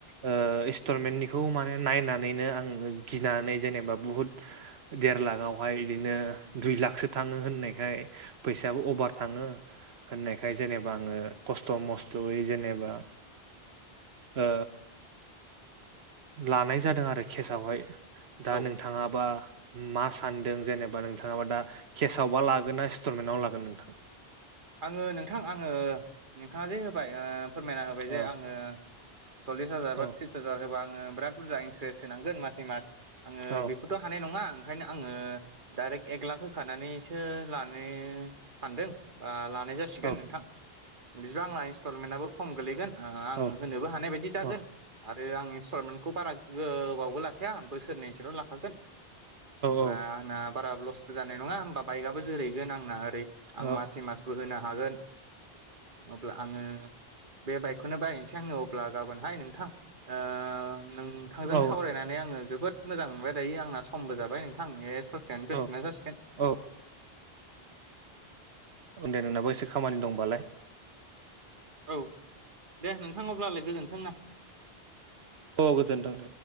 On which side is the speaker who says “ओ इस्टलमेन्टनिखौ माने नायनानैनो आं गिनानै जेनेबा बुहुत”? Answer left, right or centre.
Right